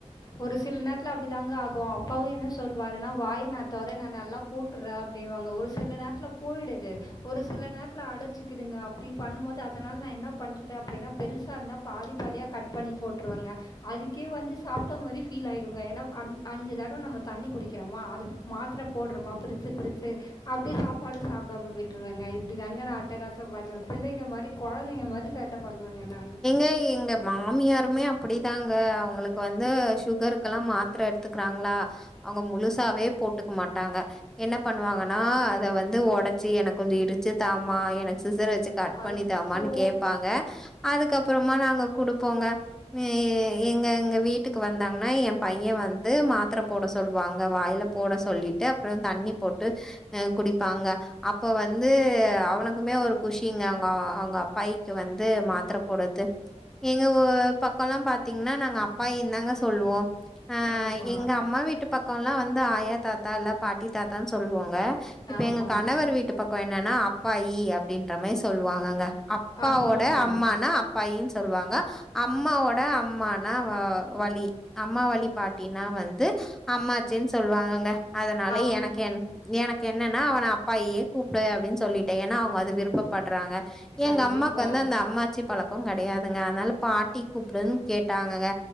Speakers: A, on the left; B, in the centre.
A: ஒரு சில நேரத்துல அப்டி தாங்க ஆகு அப்பாவு என்ன சொல்வாருன்னா வாயி நா தொற நா நல்லா போட்ற அப்டினுவாங்க ஒரு சில நேரத்ல போயிடுது ஒரு சில நேரத்ல அடைச்சுக்குதுங்க அப்டி பண்ணும் போது அதனால நா என்ன பண்றது அப்டின்னா பெருசா இருந்தா பாதி பாதியா கட் பண்ணி போட்ருவங்க அதுக்கே வந்து சாப்ட்ட மாரி ஃபீல் ஆயிடுங்க ஏன்னா அஞ் அஞ்சு தடவ நம்ம தண்ணி குடிக்கிறமா அது மாத்ர போட்றமா பிரிச்சு பிரிச்சு அப்டியே சாப்பாடு சாப்டாம விட்ருவங்க இப்டி தாங்க நா அட்டகாசா பண்ணுவ பிள்ளைங்க மாரி கொழந்தைங்க மாரி சே டா பண்ணுவங்க நானு
B: ட்ட எங்க மாமியாருமே அப்டிதாங்க அவங்களுக்கு வந்து சுகருக்கெல்லா மா த்ர எடுத்துக்றாங்களா அவுங்க முழுசாவே போட்டுக்க மாட்டாங்க என்ன பண்ணுவாங்க னா அத வந்து ஒடச்சு எனக்கு கொஞ் இடிச்சு தாமா எனக்கு சிஸர் வச்சு கட் பண்ணி
A: அச்சோ
B: தாமான்னு கேப்பாங்க அதுக்கப்பறமா நாங்க குடுப்போங்க எ எ எங்க எங்க வீட்டுக்கு வந்தாங்கன்னா எ பைய வந்து மாத்ர போட சொல்லுவாங்க வாய்ல போட சொல்லிட்டு அப்றோ தண்ணி போட்டு அ குடிப்பாங்க அப்ப வந்து அவனுக்குமே ஒரு குஷிங்க அவுங்க அவுங்க அப்பாயிக்கு வந்து மாத் த்ர போடது எங்க ஊ பக்கல்லா பாத்தீங்கன்னா நாங்க அப்பாயினு தாங்க சொல்லுவோ அ
A: ஆமாம்
B: எங்க அம்மா வீட்டு பக்கொல்லா வந்து ஆயா தாத்தா இல்ல பாட்டி தாத்தான் சொல்லுவோங்க இப்ப
A: ஆமாம்
B: எங்க கணவர் வீட்டு பக்கோ என்னன்னா அப்பாயி அப்டின்ற மாரி சொல்லுவாங்கங்க அப்பாவோட
A: ஆமாங்க.
B: அம்மா னா அப்பாயின் சொல்வாங்க அம்மாவோட அம்மானா வழி அம்மா வழி பாட்டினா வந்து அம்மாச்சின்னு சொல்லுவாங்கங்க அதனால
A: ஆம்.
B: எனக்கு என் எனக்கு என்னனா அவன அப்பாயியே கூப்டு அப்டின் சொல்லிட்ட ஏன்னா அவங்க அது விருப்பப்படுறாங்க
A: கண்டிப்பா.
B: எங்க அம்மாக்கு வந்து அந்த அம்மாச்சி பழக்க கெடையாதுங்க அதனால பாட்டி கூப்டுன் கேட்டாங்கங்க